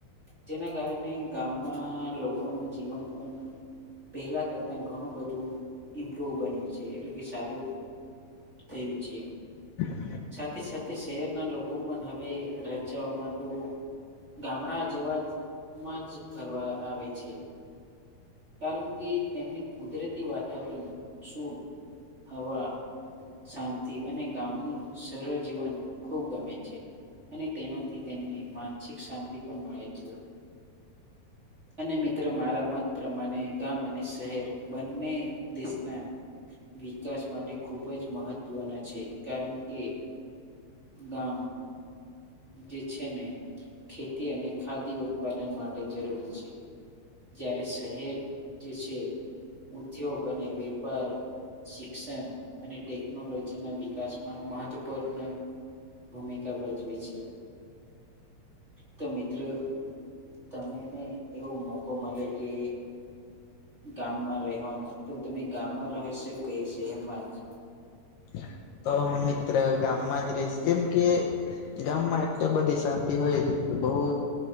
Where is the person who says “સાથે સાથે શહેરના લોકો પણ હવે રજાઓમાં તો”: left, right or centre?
Right